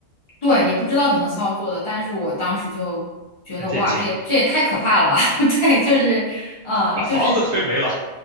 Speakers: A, on the left; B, on the right.
A: 对，也不知道怎么操作的，但是我当时就觉得，
B: 很震惊，
A: 哇，这也这也太可怕了吧？<laughs> 对，就是，呃，
B: 把房子亏没了。
A: 就是